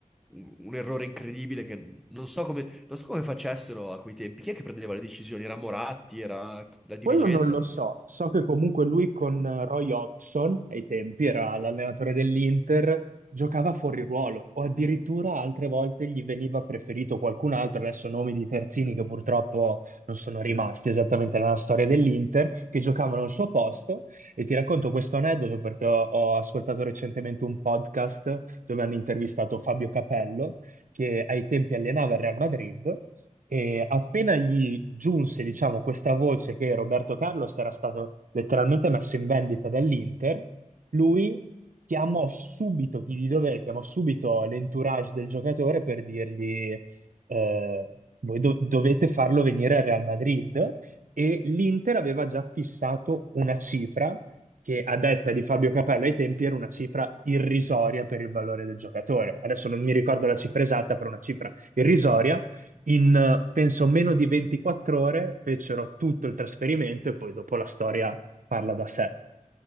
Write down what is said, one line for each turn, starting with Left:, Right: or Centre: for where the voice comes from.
Centre: un- un errore incredibile che non so come, non so come facessero a quei tempi, chi è che prendeva le decisioni? Era Moratti, era la dirigenza?
Right: Quello non lo so, so che comunque lui con eh, Roy Hodgson, ai tempi era l'allenatore dell'Inter, giocava fuori ruolo o addirittura altre volte gli veniva preferito qualcun altro, adesso nomi di terzini che purtroppo non sono rimasti esattamente nella storia dell'Inter, che giocavano al suo posto e ti racconto questo aneddoto perché ho, ho ascoltato recentemente un podcast dove hanno intervistato Fabio Capello che ai tempi allenava il Real Madrid e appena gli giunse, diciamo, questa voce che Roberto Carlos era stato letteralmente messo in vendita dall'Inter, lui chiamò subito chi di dovere, chiamò subito l'entourage del giocatore per dirgli eh, voi do- dovete farlo venire al Real Madrid e l'Inter aveva già fissato una cifra che a detta di Fabio Capello ai tempi era una cifra irrisoria per il valore del giocatore. Adesso non mi ricordo la cifra esatta, però una cifra irrisoria in eh, penso meno di 24 ore fecero tutto il trasferimento e poi dopo la storia parla da sé.